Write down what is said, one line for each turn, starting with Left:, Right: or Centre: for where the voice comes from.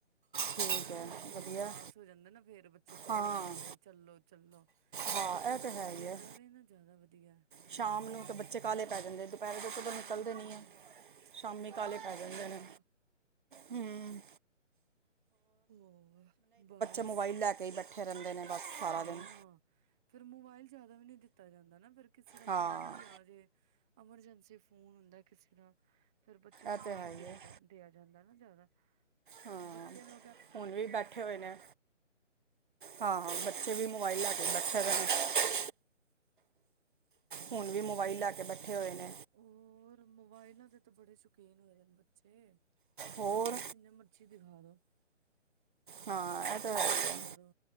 Centre: ਬੱਚੇ
Right: ਠੀਕ
Centre: ਨਾ
Right: ਹੈ
Centre: ਫੇਰ ਜਿਵੇਂ
Right: ਵਧੀਆ
Centre: ਉਦਾਸ ਹੋ ਜਾਂਦੇ ਨਾ ਫੇਰ ਬੱਚੇ ਕਾਹਲੇ
Right: ਹਾਂ
Centre: ਪੈਂਦੇ ਨੇ ਚਲੋ- ਚਲੋ।
Right: ਹਾਂ
Centre: ਬੱਚਿਆਂ
Right: ਇਹ ਤਾਂ
Centre: ਦਾ
Right: ਹੈ
Centre: ਜੀਅ
Right: ਹੀ
Centre: ਲੱਗਾ
Right: ਹੈ
Centre: ਰਹੇ ਨਾ ਜ਼ਿਆਦਾ ਵਧੀਆ।
Right: ਸ਼ਾਮ ਨੂੰ ਤਾਂ ਬੱਚੇ ਕਾਲੇ ਪੈ ਜਾਂਦੇ ਦੁਪਹਿਰੇ ਦੇ ਕਦੋਂ
Centre: ਹਾਂ।
Right: ਨਿਕਲਦੇ ਨਹੀਂ ਹੈ ਸ਼ਾਮੀ
Centre: ਦੁਪਹਿਰੇ
Right: ਕਾਲੇ
Centre: ਤਾਂ
Right: ਪੈ
Centre: ਨਿਕਲ
Right: ਜਾਂਦੇ
Centre: ਨੀ
Right: ਨੇ।
Centre: ਹੁੰਦਾ
Right: ਹਮ
Centre: ਹੋ ਬਸ
Right: ਮੋਬਾਈਲ ਲੈ ਕੇ ਹੀ ਬੈਠੇ ਰਹਿੰਦੇ ਨੇ ਬਸ ਸਾਰਾ
Centre: ਹਾਂ
Right: ਦਿਨ
Centre: ਫੇਰ ਮੋਬਾਇਲ ਜਾਦਾ ਵੀ ਨਹੀਂ ਦਿੱਤ ਤਾ ਜਾਂਦਾ ਨਾ ਫੇਰ। ਕਿਸੇ ਦਾ
Right: ਹਾਂ
Centre: ਫੋਨ ਵੀ ਆਜੇ ਐਮਰਜੈਂਸੀ ਫੋਨ ਹੁੰਦਾ ਕਿਸੇ ਦਾ। ਫਿਰ ਬੱਚਿਆਂ
Right: ਇਹ
Centre: ਨੂੰ
Right: ਤਾਂ
Centre: ਨਹੀਂ
Right: ਹੈ ਹੀ
Centre: ਦੇ
Right: ਹੈ
Centre: ਦਿਆ ਜਾਂਦਾ ਨਾ ਜਾਦਾ। ਉਹ
Right: ਹਾਂ
Centre: ਬੱਚੇ ਨੂੰ
Right: ਹੁਣ ਵੀ ਬੈਠੇ ਹੋਏ ਨੇ, ਹਾਂ ਬੱਚੇ ਵੀ ਮੋਵਾਈ ਲੈ ਕੇ ਬੈਠੇ ਦੇ ਨੇ ਹੁਣ ਵੀ ਮੋਬਾਈਲ ਲੈ ਕੇ ਬੈਠੇ ਹੋਏ ਨੇ।
Centre: ਹੋਰ ਮੋਬਾਇਲਾਂ ਦੇ ਤਾਂ ਬੜੇ ਸ਼ੌਕੀਨ ਹੋਏ ਦੇ ਨੇ ਬੱਚੇ। ਮੋਬਾਇਲ
Right: ਹੋਰ
Centre: ਤੇ ਜਿੰਨੇ ਮਰਜੀ ਦਿਖਾ ਦੋ
Right: ਹਾਂ ਇਹ ਤਾਂ
Centre: ਵੀਡੀਓ
Right: ਹੈ ਹੀ
Centre: ਦਿਖਾ
Right: ਹੈ।
Centre: ਦੋ